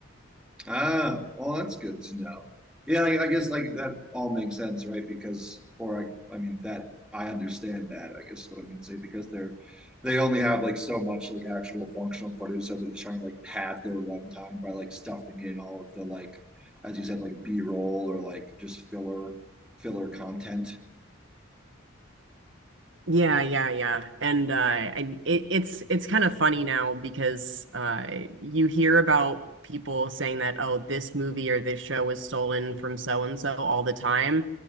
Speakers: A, in the centre; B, on the right (about 65°).
A: Ah, well, that's good to know. Yeah, I, I guess like that all makes sense, right? Because, or I, I mean that I understand that. I guess is what I mean to say because they're they only have like so much like actual functional footage, so they're just trying to like pad their runtime by like stuffing in all of the like, as you said, like B-roll or like just filler filler content.
B: Yeah, yeah, yeah. And uh I, it, it's it's kind of funny now because uh you hear about people saying that oh this movie or this show was stolen from so and so all the time.